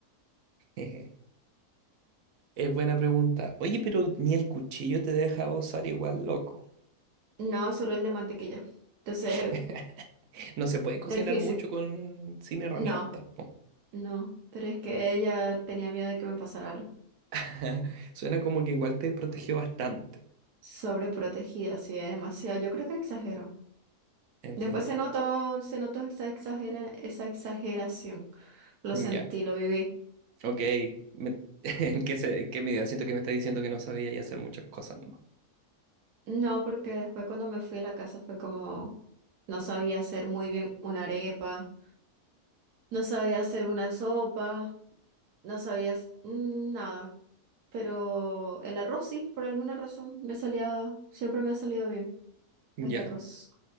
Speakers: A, on the right (about 70°); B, on the right (about 80°).
A: Jeje. Es buena pregunta. Oye, pero ni el cuchillo te deja gozar igual, loco.
B: No, solo el de mantequilla. Entonces
A: <laughs> No se puede cocinar
B: Difícil.
A: mucho con sin herramientas,
B: No,
A: po.
B: no. Pero es que ella tenía miedo de que me pasara algo.
A: <laughs> Suena como que igual te protegió bastante.
B: Sobreprotegida, sí, demasiado. Yo creo que exageró.
A: Entiendo.
B: Después se notó, se notó esa exagera, esa exageración. Lo
A: Ya,
B: sentí, lo viví.
A: ok. Me- <laughs> ¿En qué, se- en qué medida? Siento que me está diciendo que no sabía y hacer muchas cosas nomás.
B: No, porque después cuando me fui a la casa fue como no sabía hacer muy bien una arepa, no sabía hacer una sopa, no sabía s- mm, nada. Pero el arroz sí, por alguna razón me salía, siempre me ha salido bien
A: Ya.
B: el arroz.